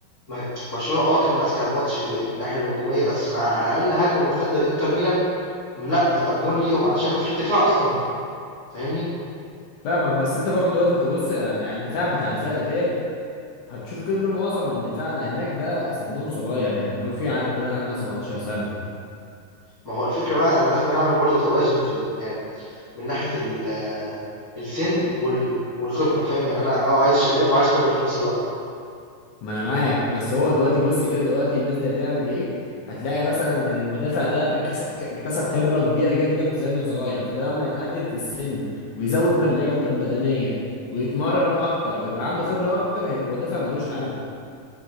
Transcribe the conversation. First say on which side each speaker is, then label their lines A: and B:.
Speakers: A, on the left; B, on the left.
A: ما برشلونة آه كانت ماسكة الماتش من الناحية الهجومية، بس مع أقل هجمة مرتدة لإنتر ميلان لأ، بتبقى بجون ليهم علشان ما فيش دفاع أصلًا، فاهمني؟
B: فاهمك بس انت برضه لازم تبص على الدفاع بتاع الفرقه ديت هتشوف كله معظم الدفاع اللي هناك ده سنهم صغير يعني هو في عد واد عنده 17 سنه
A: ما هو الفكرة بقى أنا لازمًا أعمل برضه توازن في ال يعني من ناحية ال- السن وال- والخبرة فاهم يعني انا اه عايز شباب وعايز خبرة في نفس الوقت
B: ما انا معاك بس هو دلوقتي بص كده دلوقتي الناس دي هتعمل ايه هتلاقي مثلا ان المدافع ده أكس- اكتسب خبرة كبيرة جدا في سنه صغير فده لما يتقدم في السن ويزود من لياقته البدنية ويتمرن اكتر ويبقى عنده خبرة اكتر هيبقى مدافع ملوش حل